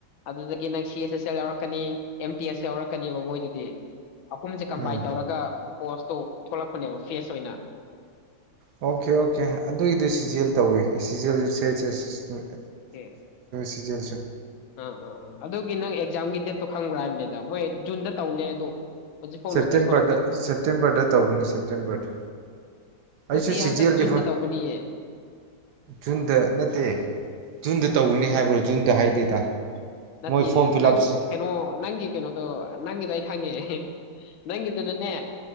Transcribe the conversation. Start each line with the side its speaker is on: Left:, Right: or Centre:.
Left: ꯑꯗꯨꯗꯒꯤ ꯅꯪ ꯁꯤ ꯑꯦꯁ ꯑꯦꯁ ꯑꯦꯜ ꯌꯥꯎꯔꯛꯀꯅꯤ ꯑꯦꯝ ꯇꯤ ꯑꯦꯁ ꯌꯥꯎꯔꯛꯀꯅꯤꯕ ꯃꯣꯏꯗꯨꯗꯤ ꯑꯍꯨꯝꯁꯦ ꯀꯝꯕꯥꯏꯟ
Right: ꯎꯝ
Left: ꯇꯧꯔꯒ ꯄꯣꯁꯇꯣ ꯊꯣꯛꯂꯛꯄꯅꯦꯕ ꯐꯦꯁ ꯑꯣꯏꯅ
Right: ꯑꯣ ꯑꯣꯀꯦ ꯑꯣꯀꯦ ꯑꯗꯨꯒꯤꯗꯨ ꯁꯤꯖꯦꯜ ꯇꯧꯋꯦ ꯁꯤꯖꯦꯜꯗꯨ ꯆꯩꯆꯦꯁꯤꯅꯤ
Left: ꯑꯦ
Right: ꯁꯤ ꯦꯜꯁ
Left: ꯑꯥ ꯑꯥ ꯑ ꯑꯗꯨꯒꯤ ꯅꯪ ꯑꯦꯛꯖꯥꯝꯒꯤ ꯗꯦꯠꯇꯣ ꯈꯪꯕ꯭ꯔꯥ ꯍꯥꯏꯕꯅꯤꯗ ꯃꯣꯏ ꯖꯨꯟꯗ ꯇꯧꯅꯦ ꯑꯗꯣ ꯍꯧꯖꯤꯛꯐꯥꯎ
Right: ꯁꯦꯞꯇꯦꯝꯕꯔꯗ
Left: ꯅꯣꯇꯤꯁ ꯊꯣꯛꯂꯛꯇꯕꯗꯣ
Right: ꯁꯦꯞꯇꯦꯝꯕꯔꯗ ꯇꯧꯕꯅꯤ ꯁꯦꯞꯇꯦꯝꯕꯔꯗ
Left: ꯅꯠꯇꯦ
Right: ꯑꯩꯁꯨ ꯁꯤꯖꯦꯜꯗꯤ
Left: ꯍꯟꯗꯛ ꯖꯨꯟꯗ
Right: ꯐꯣꯏ
Left: ꯇꯧꯒꯅꯤꯌꯦ
Right: ꯖꯨꯟꯗ ꯅꯠꯇꯦꯖꯗ ꯇꯧꯅꯤ ꯍꯥꯏꯕ꯭ꯔꯣ ꯖꯨꯟꯗ ꯍꯥꯏꯗꯦꯗ
Left: ꯅꯠꯇ
Right: ꯃꯣꯏ ꯐꯣꯔꯝ ꯐꯤꯜ
Left: ꯅꯪ
Right: ꯑꯞꯁꯤ
Left: ꯀꯩꯅꯣ ꯅꯪꯤ ꯀꯩꯅꯣꯣ ꯅꯪꯗ ꯈꯪꯉꯦ ꯅꯪꯒꯤꯗꯨꯅꯅꯦ